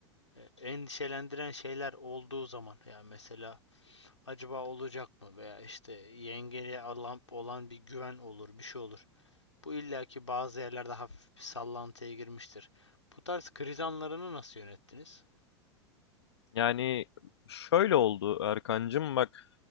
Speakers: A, on the left; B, on the left.
A: e, endişelendiren şeyler olduğu zaman yani mesela acaba olacak mı veya işte yengeye alan, olan bir güven olur, bir şey olur. Bu illaki bazı yerlerde hafif bir sallantıya girmiştir. Bu tarz kriz anlarını nasıl yönettiniz?
B: Yani şöyle oldu Erkancığım bak